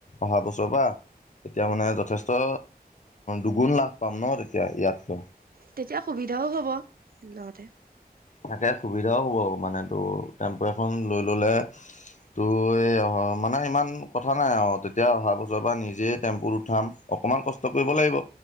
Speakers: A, on the left; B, on the right.
A: অহা বছৰ পৰা। তেতিয়া মানে যথেষ্ট দুগুণ লাভ পাম ন। তেতিয়া ইয়াতকো।
B: তেতিয়া সুবিধাও হ'ব। লগতে
A: তাকে সুবিধাও হ'ব। মানে তটো টেম্পৰ এখন লৈ ললে, ত, ' এই অহ মানে ইমান কথা নাই। অ, তেতিয়া অহা বছৰ পৰা নিজে টেম্পুত উঠাম। অকণমান কষ্ট কৰিব লাগিব।